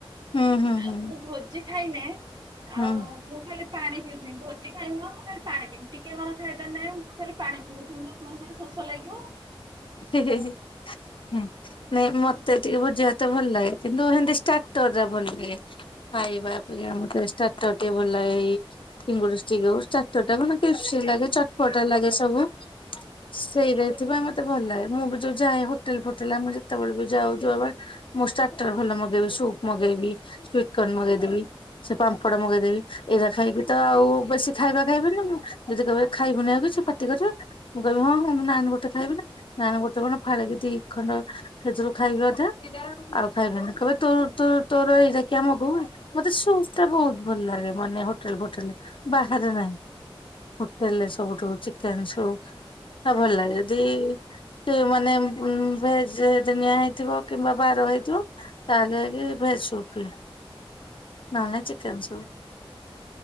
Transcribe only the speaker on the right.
ଆଉ
ମୁ ଭୋଜି ଖାଇମି ଆଉ,
ମୁଁ ଖାଲି ପାଣି ପିଉଥିବି ଭୋଜି ଖାଇବିଁ ମୁଁ ଖାଲି ପାଣି ପିବି ଟିକେ କଣ ଖାଇଦେଇ ନାହିଁ ମୁଁ ଖାଲି ପାଣି ପିଉଥିବ, ମୋତେ ଶୋଷ ଲାଗିବ,